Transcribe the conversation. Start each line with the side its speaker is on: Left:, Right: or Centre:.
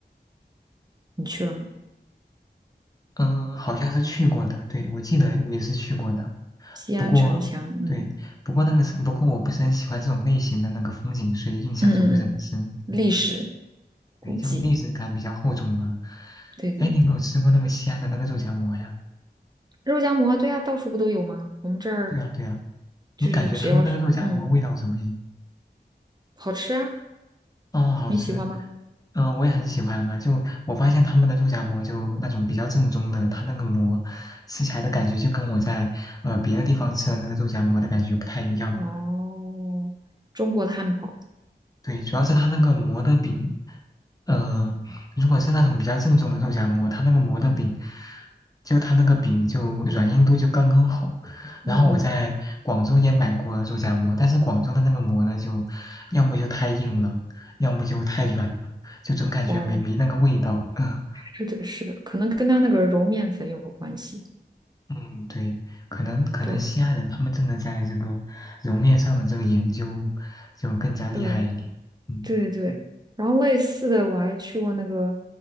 Right: 你去了吗？
Left: 嗯，好像是去过的，对，我记得我也是去过的。
Right: 西安城墙，
Left: 不过，
Right: 嗯
Left: 对，不过那个是，不过我不是很喜欢这种类型的那个风景，所以印象就不是很深。
Right: 嗯嗯嗯，历史
Left: 嗯，对，
Right: 古迹，
Left: 就历史感比较厚重吧。
Right: 对对，
Left: 哎，你有没有吃过那个西安的那个肉夹馍呀？
Right: 肉夹馍，对呀、到处不都有吗？我们这儿
Left: 对啊，对啊，
Right: 就是只要是嗯
Left: 你感觉他们那个肉夹馍味道怎么样？
Right: 好吃啊，
Left: 哦，好吃。
Right: 你喜欢吗？
Left: 嗯，我也很喜欢啊。就我发现他们的肉夹馍，就那种比较正宗的，它那个馍吃起来的感觉就跟我在呃别的地方吃的那个肉夹馍的感觉不太一样。
Right: 哦，中国的汉堡，
Left: 对，主要是它那个馍的饼，嗯，如果是那种比较正宗的肉夹馍，它那个馍的饼，就它那个饼就软硬度就刚刚好。
Right: 嗯。
Left: 然后我在广州也买过肉夹馍，但是广州的那个馍呢，就要么就太硬了，要么就太软了，就总感觉没没那个味道。
Right: 哦。
Left: <laughs> 嗯
Right: 是的，是的，可能跟他那个揉面粉有关系。
Left: 嗯，对，可能可能西安人他们真的在这个揉面上的这个研究就更加厉害一点。
Right: 对，对，
Left: 嗯。
Right: 对对对。然后类似的，我还去过那个，